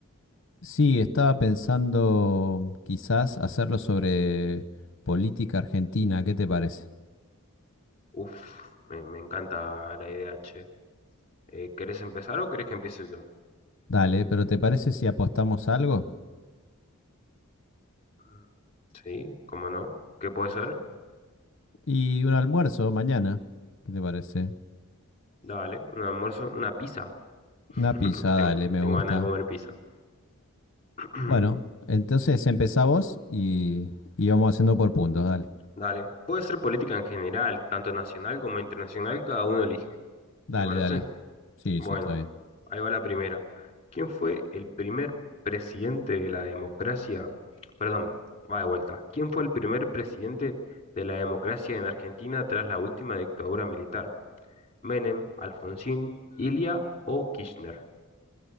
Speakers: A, on the left (about 60°); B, on the left (about 30°).
A: Sí, estaba pensando quizás hacerlo sobre política argentina, ¿qué te parece?
B: Uf, me, me encanta la idea, che. Eh, ¿querés empezar o querés que empiece yo?
A: Dale, pero ¿te parece si apostamos algo?
B: Mm. Sí, ¿cómo no? ¿Qué puede ser?
A: Y un almuerzo mañana, ¿qué te parece?
B: Dale, un almuerzo, una pizza. <laughs>
A: Una pizza,
B: Ten-
A: dale, me
B: tengo
A: gusta.
B: ganas de comer pizza. <clears throat>
A: Bueno, entonces empezá vos y, y vamos haciendo por puntos, dale.
B: Dale, puede ser política en general, tanto nacional como internacional, cada uno elige.
A: Dale,
B: ¿Te parece?
A: dale. Sí,
B: Bueno,
A: sí, está bien.
B: ahí va la primera. ¿Quién fue el primer presidente de la democracia? Perdón, va de vuelta. ¿Quién fue el primer presidente de la democracia en Argentina tras la última dictadura militar? ¿Menem, Alfonsín, Ilia o Kirchner?